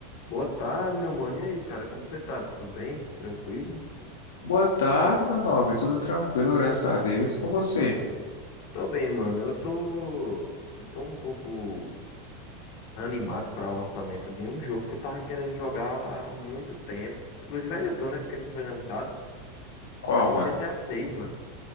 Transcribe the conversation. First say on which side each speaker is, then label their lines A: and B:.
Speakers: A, on the left (about 60°); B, on the left (about 80°).
A: Boa tarde, meu mano. E aí, cara, como você tá? Tudo bem? Tranquilo?
B: Boa tarde, meu nobre. Tudo tranquilo, graças a Deus. E com você?
A: Tô bem, mano. Eu tô, tô um pouco animado para o lançamento de um jogo que eu tava querendo jogar há muito tempo. Inclusive ainda tô, né? Porque não foi lançado.
B: Qual,
A: É o
B: mano?
A: GTA seis mano.